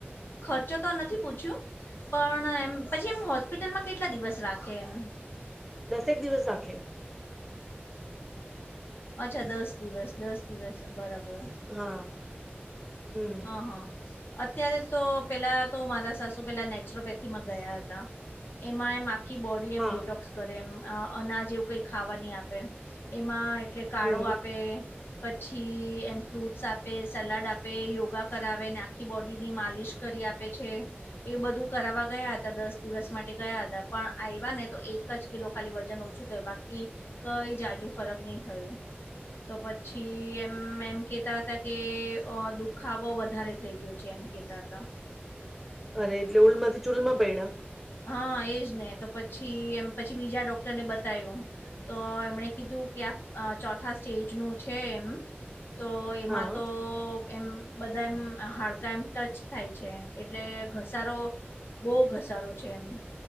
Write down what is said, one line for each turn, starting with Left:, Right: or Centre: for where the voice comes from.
Left: ખર્ચો તો નથી પૂછ્યું. પણ એમ પછી એમ હોસ્પિટલમાં કેટલા દિવસ રાખે એમ
Centre: દસેક દિવસ રાખે.
Left: અચ્છા દસ દિવસ દસ દિવસ બરાબર.
Centre: હા. હમ
Left: હા હા. અત્યારે તો પેલા તો મારા સાસુ પેલા નેચરોપેથીમાં ગયા હતા, એમાં એમ આખી બોડી એમ
Centre: હા
Left: ડિટોક્સ કરે એમ, અનાજ એવું કંઈ ખાવા નહીં આપે. એમાં એટલે કાળો
Centre: હમ
Left: આપે, પછી એમ ફ્રૂટ્સ આપે, સલાડ આપે. એમાં યોગા કરાવે, શરીરની માલિશ કરી આપે. એ બધું કરાવવા ગયા હતા, દસ દિવસ માટે ગયા હતા, પણ આવ્યા ને તો એક જ કિલો ખાલી વજન ઓછું થયું, બાકી કંઈ જાજુ ફરક નહીં થયો. તો પછી એમ એમ કેતા હતા કે. અ દુખાવો વધારે થઈ ગયો છે, એમ કેતા હતા.
Centre: અરે, એટલે ઉલમાંથી ચૂલમાં પડયા.
Left: હા, એજ ને. તો પછી એમ પછી બીજા ડોક્ટરને બતાયું. તો એમણે કીધું કે, આ ચોથા સ્ટેજ નું છે એમ. તો એમાં
Centre: હા
Left: તો. એમ બધા એમ હાડકા એમ ટચ થાય છે, એટલે ઘસારો. બહુ ઘસારો છે એમ.